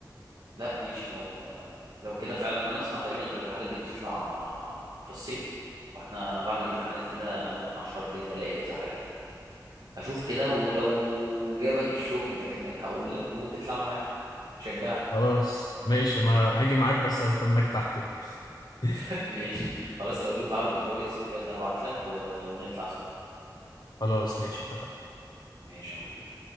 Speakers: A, on the right (about 80°); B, on the left (about 75°).
A: لا ماشي لو لو كده فعلا انا اسمع تقريبا إن الرحلات دي بتطلع في الصيف واحنا بعد الامتحانات كده ممكن على الشهر الجاي هلاقي كذا حاجة اشوف كده ولو جابك الشوق انت كمان هقول لك وتطلع معايا تشجعني
B: خلاص ماشي أنا هاجي معاك بس هستناك تحت بقى <laughs>
A: <laughs> ماشي خلاص لو لقيت عرض كويس بجد هبعت لك و... ونطلع سوا
B: خلاص ماشي اتفقنا
A: ماشي يا مدير